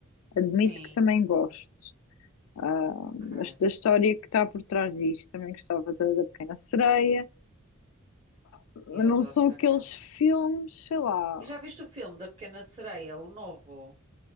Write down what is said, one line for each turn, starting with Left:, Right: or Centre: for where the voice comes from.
Left: Admito
Right: Sim,
Left: que também gosto. Ah,
Right: ok.
Left: mas da história que está por trás disto, também gostava da, da Pequena Sereia. Mas
Right: Eu adoro,
Left: não são
Right: por
Left: aqueles
Right: acaso.
Left: filmes, sei lá,
Right: E já viste o filme da Pequena Sereia, o novo,